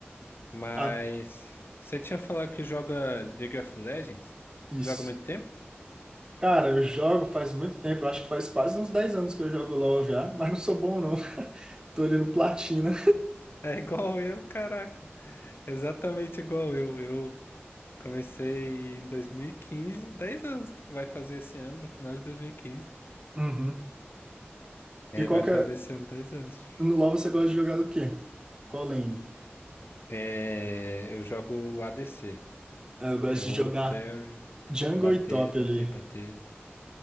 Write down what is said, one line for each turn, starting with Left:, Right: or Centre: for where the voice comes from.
Left: Mas
Right: Ah,
Left: você tinha falado que joga League of Legends?
Right: isso.
Left: Joga há muito tempo?
Right: Cara, eu jogo faz muito tempo, eu acho que faz quase uns 10 anos que eu jogo LoL já, <laughs> mas não sou bom não. <laughs> Tô olhando platina.
Left: É igual eu, caraca. Exatamente igual eu. Eu comecei em 2015, 10 anos que vai fazer esse ano, no final de 2015.
Right: Uhum.
Left: É,
Right: E qual
Left: vai
Right: que
Left: fazer
Right: é...
Left: esse ano 10 anos.
Right: No LoL você gosta de jogar do quê? Qual lane?
Left: É, eu jogo ADC,
Right: Ah, eu gosto
Left: que é
Right: de
Left: o
Right: jogar
Left: carry,
Right: jungle
Left: bater,
Right: e top
Left: bater,
Right: ali.
Left: bater.